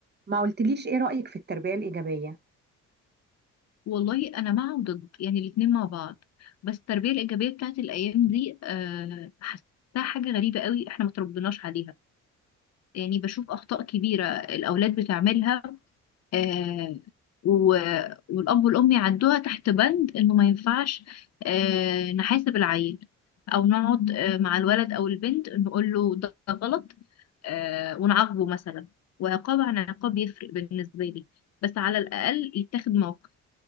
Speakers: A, on the right; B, on the left.
A: ما قلتليش ايه رأيك في التربية الإيجابية
B: والله انا مع وضد يعني الاتنين مع بعض بس التربيه الايجابيه بتاعت الايام دي أه حاساها حاجه غريبه قوي احنا ما تربناش عليها يعني بشوف اخطاء كبيره الاولاد بتعملها أه و... والاب والام يعدوها تحت بند انه ما ينفعش أه نحاسب العيل او نقعد أه مع الولد او البنت نقول له ده غلط أه ونعاقبه مثلا وعقاب عن عقاب يفرق بالنسبه لي بس على الاقل يتاخد موقف